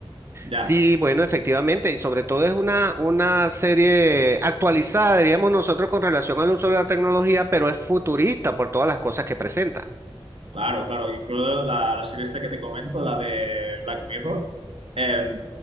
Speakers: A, on the right; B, on the right.
A: Ya,
B: Sí, bueno, efectivamente, y sobre todo es una, una serie actualizada, diríamos nosotros, con relación al uso de la tecnología, pero es futurista por todas las cosas que presenta.
A: Claro, claro. Incluso la, la serie esta que te comento, la de Black Mirror, eh,